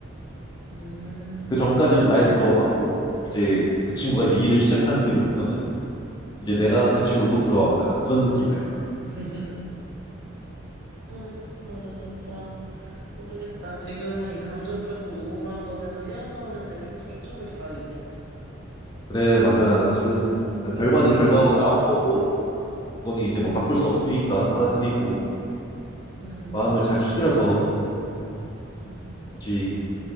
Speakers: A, on the left; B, on the right.
A: 음,
B: 음,
A: 그 전까지는 날 부러워하고 이제 그 친구가
B: 음,
A: 이제 일을 시작한 뒤로부터는 이제 내가
B: 음.
A: 그 친구 또 부러워하고 약간 그런 느낌이랄까?
B: <laughs> 아, 나도 진짜 모르겠다. 지금은 이 감정적으로 우울한 것에서 헤어나오는데 좀 더 초점을 둬야겠어.
A: 그래, 맞아. 지금은 일단 결과는 결과가 나온 거고, 그거는 이제
B: 음,
A: 뭐 바꿀 수 없으니까 받아들이고,
B: 음,
A: 마음을 잘 추스려서, 음,
B: 음.
A: 같이